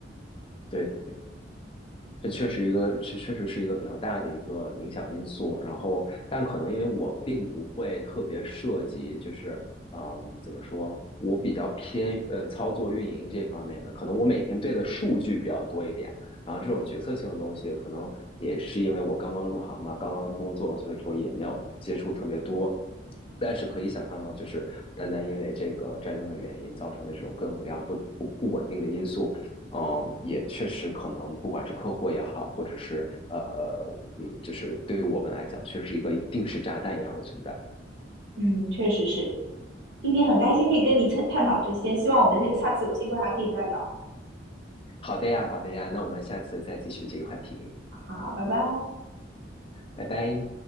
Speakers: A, on the left; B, on the right.
A: 对。这确实一个，确确实是一个比较大的一个影响因素。然后，但可能因为我并不会特别涉及，就是嗯，怎么说，我比较偏呃操作运营这方面的，可能我每天对的数据比较多一点。然后这种决策性的东西，可能也是因为我刚刚入行嘛，刚刚工作，所以说也没有接触特别多。但是可以想象到，就是单单因为这个战争的原因造成的这种各种各样不不不稳定的因素。嗯，也确实可能，不管是客户也好，或者是呃，嗯，就是对于我们来讲，确实是一个定时炸弹一样的存在。
B: 嗯，确实是。今天很开心可以跟你探探讨这些，希望我们下次有机会还可以再聊。
A: 好的呀，好的呀，那我们下次再继续这个话题，
B: 好，拜拜。
A: 拜拜。